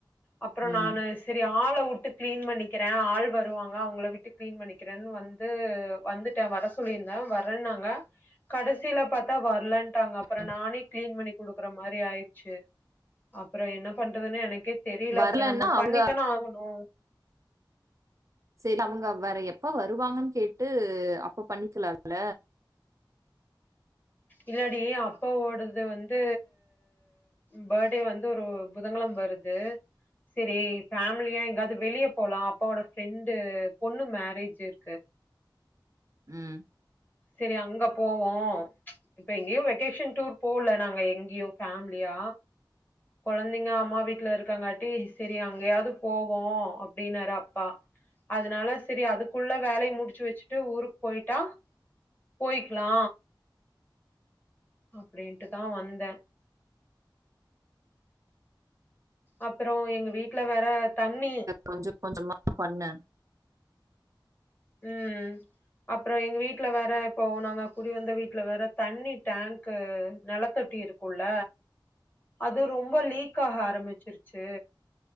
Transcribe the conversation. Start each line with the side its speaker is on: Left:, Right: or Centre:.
Left: அப்றோ
Right: ம்
Left: நானு செரி ஆள விட்டு கிளீன் பண்ணிக்கிறே ஆள் வருவாங்க அவங்கள விட்டு கிளீன் பண்ணிக்கிறேன்னு வந் வந்து வந்துட்டே வர சொல்லியிருந்தே வரன்னாங்க கடசில பாத்தா வர்லன்
Right: ம்.
Left: நானே கிளீன் பண்ணி குடுக்குற மாரி ஆயிடுச்சு அப்றோ என்ன பண்றதுன்னு எனக்கே தெரில
Right: வரலன்னா
Left: அப்றோ நம்ம பண்ணித்தானே
Right: அவங்க
Left: ஆகணு
Right: சேரி அவங்க வேற எப்ப வருவாங்கன்னு கேட்டு அப்ப பண்ணிக்கலால
Left: இல்லடி அப்பாவோடது வந்து ஃபர்ட்டே வந்து ஒரு புதங்கெழம வருது செரி ஃபேமிலியா எங்காது வெளிய போலா அப்பாவோட ஃப்ரெண்டு பொண்ணு மேரேஜ் இருக்கு
Right: ம்
Left: செரி அங்க போவோ இப்ப எங்கேயு வெகேஷன் டூர் போல நாங்க எங்கேயு ஃபேம்லியா கொழந்தைங்க அம்மா வீட்ல இருக்காங்காட்டி செரி அங்கயாவது போவோ அப்டின்னாரு அப்பா அதனால செரி அதுக்குள்ள வேலைய முடிச்சு வெச்சுட்டு ஊருக்கு போயிட்டா போயிக்கலா அப்டின்ட்டுதா வந்த அப்றோ எங்க வீட்ல வேற தண்ணி
Right: கொஞ்ச கொஞ்சமா பண்ணு
Left: ம் அப்றோ எங்க வீட்ல வேற இப்போ நாங்க குடி வந்த வீட்ல வேற தண்ணி டேங்க்கு நெலத்தொட்டி இருக் குள்ள அது ரொம்ப லீக் ஆக ஆரம்பிச்சிருச்சு